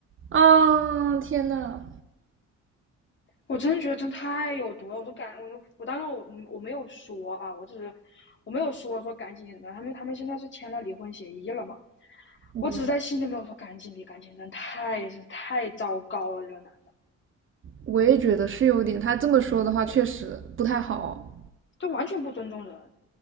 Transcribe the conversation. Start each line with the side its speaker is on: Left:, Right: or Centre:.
Right: 啊，天呐，
Left: 我真的觉得真太有毒了，我就感，我就我当时我我没有说啊，我只是我没有说说赶紧怎么样，他们他们现在是签了离婚协议了嘛，
Right: 嗯，
Left: 我只是在心里面我说赶紧离，赶紧真太是太糟糕了，这个男的
Right: 我也觉得是有点，他这么说的话确实不太好。
Left: 就完全不尊重人，